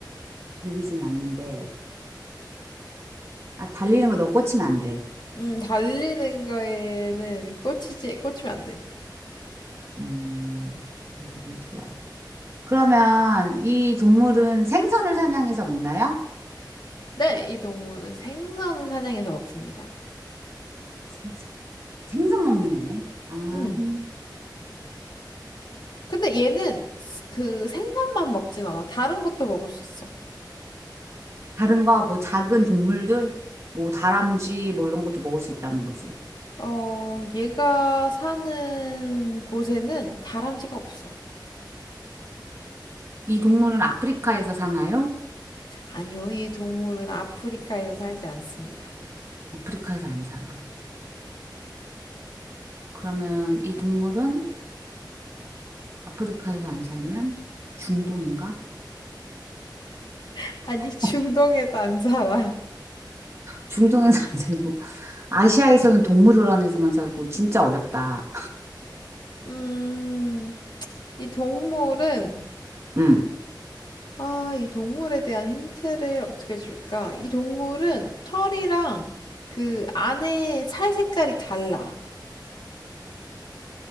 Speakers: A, on the right (about 35°); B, on the left (about 70°).
A: 달리진 않는데, 아, 달리는 거 너무 꽂히면 안 돼.
B: 음, 달리는 거에는 꽂히지, 꽂히면 안 돼.
A: 음, 물을 좋아. 그러면 이 동물은 생선을 사냥해서 먹나요?
B: 네, 이 동물은 생선을 사냥해서 먹습니다.
A: 생선. 생선 먹는 애네. 아,
B: 음.
A: 생,
B: 근데 얘는 스- 그 생선만 먹진 않아. 다른 것도 먹을 수 있어.
A: 다른 거, 뭐 작은 동물들, 뭐 다람쥐, 뭐 이런 것도 먹을 수 있다는 거지.
B: 어, 얘가 사는 곳에는 다람쥐가 없어.
A: 이 동물은 아프리카에서 사나요?
B: 아니요, 이 동물은 아프리카에서 살지 않습니다.
A: 아프리카에서 안 살아. 그러면 이 동물은 아프리카에서 안 살면 중동인가?
B: <laughs> 아니, 중동에도
A: <laughs>
B: 안 살아.
A: 중동에서 안 살고. 아시아에서는 동물원에서만 살고. 진짜 어렵다.
B: 음. 이 동물은,
A: 음,
B: 아, 이 동물에 대한 힌트를 어떻게 줄까? 이 동물은 털이랑 그 안에 살 색깔이 달라.